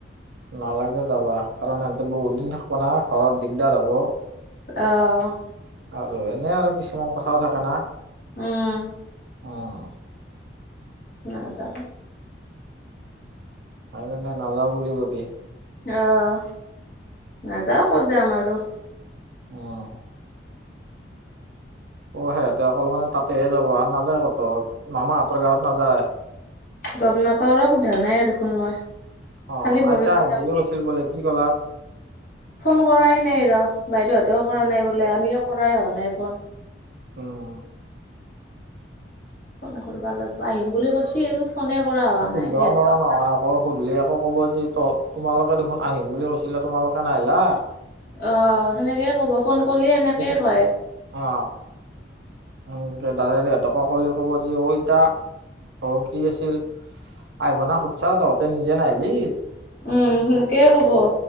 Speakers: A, on the right; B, on the left.
A: নালাগে যাবা কাৰণ সিহঁতে বহুত দিন থাকিব না ঘৰত দিগদাৰ হ'ব।
B: অ'।
A: আৰু এনে আৰু কিছুমান কথাও থাকে না।
B: উম।
A: অ'।
B: নাজানো।
A: সেইকাৰণে নাযাওঁ বুলি ক'বি।
B: অহ, নাযাওঁ ক'ত যাম আৰু।
A: অহ। অ', সিহঁতে অকল মানে তাতেহে যাব আৰু নাযায় ক'তো মামাহাঁতৰ গাঁৱত নাযায়?
B: গম নাপাওঁ আৰু সোধা নাই আৰু দেখোন মই।
A: অ',
B: খালি মৰিগাঁও
A: আইতা আহিম
B: যাম
A: বুলি কৈছিল বোলে, কি ক'লাক?
B: ফোন কৰাই নাই ৰ' বাইদ'হঁতেও কৰা
A: উম
B: নাই বোলে, আমিও কৰাই অহা নাই ফোন।
A: অম
B: ফোন কৰিবা লাগিব আহিম বুলি কৈছিল ফোনে কৰা হোৱা
A: সুধবও
B: নাই সিহঁতেও
A: নোৱাৰা নহয় আকৌ সুধিলে আকৌ কব যি ত তোমালোকে দেখোন আহিম বুলি কৈছিলা তোমালোকে নাহলা
B: অ সেনেকে কব ফোন কৰিলে সেনেকেই
A: অ
B: কয়
A: অ আ ক দালেৰে এহতকে কলে কব যে তা অ কি আছিল আইিবনা খুবচা তহঁতে নিজে নাই দি
B: উম কে কব